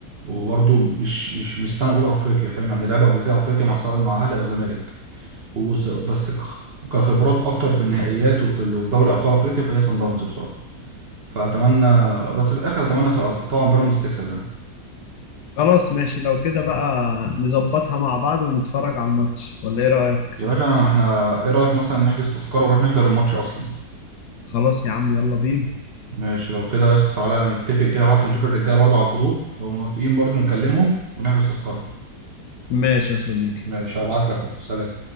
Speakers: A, on the right (about 40°); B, on the left (about 75°).
A: وبرده مش مش مش سنه اولى افريقيا فاهم يعني لعبه قبل كده افريقيا مع سواء مع اهلي او زمالك وس... بس كخ... كخبرات اكتر في النهائيات وفي ال... وفي دوري ابطال افريقيا فهي صن داونز بصراحه فاتمنى بس في الاخر اتمنى ص- طبعا بيراميدز تكسب يعني
B: خلاص ماشي لو كده بقى نظبطها مع بعض ونتفرج على الماتش ولا ايه رأيك
A: يا باشا احنا ايه رايك مثلا نحجز تذكره ونروح نحضر الماتش اصلا
B: خلاص يا عم يلا بينا
A: ماشي لو كده يا اسطى تعالى نتفق كده حتى نشوف الرجاله برضو على الجروب لو موافقين برضو نكلمهم ونحجز تذكره
B: ماشي يا صديقي
A: ماشي هبعت لك اهو سلام